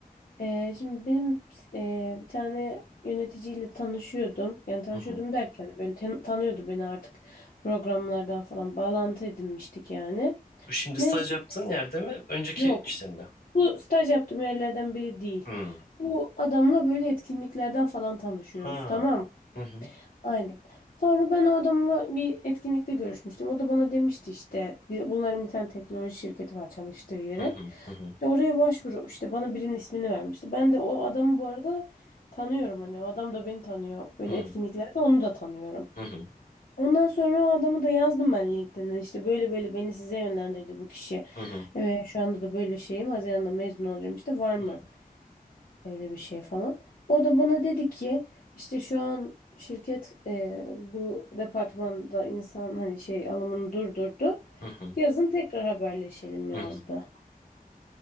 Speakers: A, on the left (about 65°); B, on the left (about 80°).
A: Ee, şimdi benim e, bir tane yöneticiyle tanışıyordum. Yani tanışıyordum
B: Hı hı.
A: derken böyle tan- tanıyordu beni artık programlardan falan bağlantı edinmiştik yani.
B: Bu şimdi
A: Neyse
B: staj yaptığın yerde mi? Önceki
A: yok.
B: işlerinde.
A: Bu staj yaptığım yerlerden biri değil.
B: Hı.
A: Bu adamla böyle etkinliklerden falan tanışıyoruz
B: Ha.
A: tamam mı?
B: Hı hı.
A: Aynen. Sonra ben o adamla bir etkinlikte görüşmüştüm. O da bana demişti işte bir- bunların bir tane teknoloji şirketi var çalıştığı yerin.
B: Hı hı. Hı hı.
A: İşte oraya başvuru işte bana birinin ismini vermişti. Ben de o adamı bu arada tanıyorum hani o adam da beni tanıyor. Böyle
B: Hı hı.
A: etkinliklerde onu da tanıyorum.
B: Hı hı.
A: Ondan sonra o adamı da yazdım ben LinkedIn'e. İşte böyle böyle beni size yönlendirdi bu kişi.
B: Hı hı.
A: Evet, şu anda da böyle şeyim. Haziran'da mezun olacağım işte var mı
B: Hı hı.
A: böyle bir şey falan. O da bana dedi ki işte şu an şirket e, bu departmanda insan hani şey alımını durdurdu.
B: Hı hı.
A: Yazın tekrar haberleşelim yazdı.
B: Hı hı.